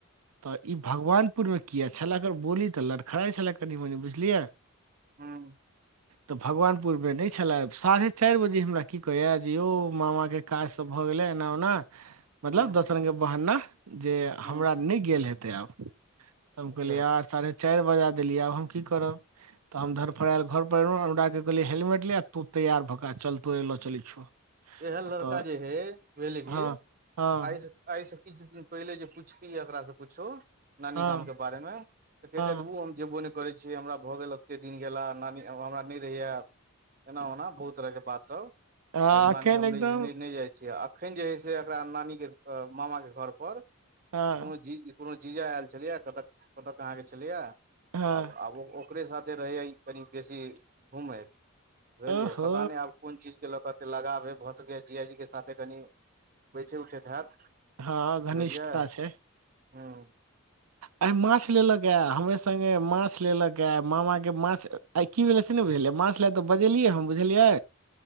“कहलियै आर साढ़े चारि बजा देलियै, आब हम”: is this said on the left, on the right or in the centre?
Right